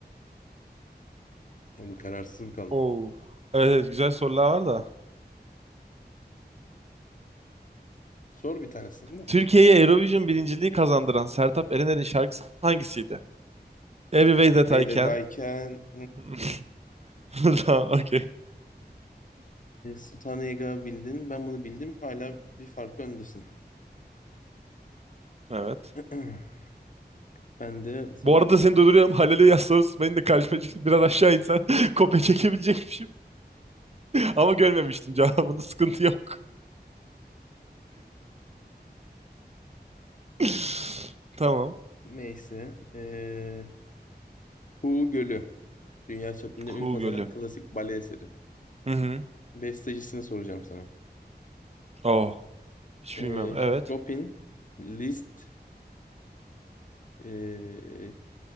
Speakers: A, on the left; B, on the right.
A: Ama kararsız mı kaldın?
B: Oo. Evet, evet güzel sorular var da.
A: Sor bir tanesini değil mi?
B: Türkiye'ye Eurovision birinciliği kazandıran Sertab Erener'in şarkısı hangisiydi? Every Way That
A: Beydedayken
B: I Can. <laughs> Tamam, okey.
A: Sultanega bildin. Ben bunu bildim. Hala bir farklı öndesin.
B: Evet.
A: <clears throat> Ben de sana
B: Bu arada seni durduruyorum. Halil'e yaz sorusu benim de karşıma çıktı. Biraz aşağı insen <laughs> kopya çekebilecekmişim. Ama görmemiştim cevabını. Sıkıntı yok. <laughs> Tamam.
A: neyse eee Kuğu Gölü. Dünya çapında
B: Kuğu
A: ün kazanan
B: Gölü.
A: klasik bale eseri.
B: Hı hı.
A: Bestecisini soracağım sana.
B: Oh. Hiç
A: Eee
B: bilmiyorum. Evet.
A: Chopin, Liszt, eee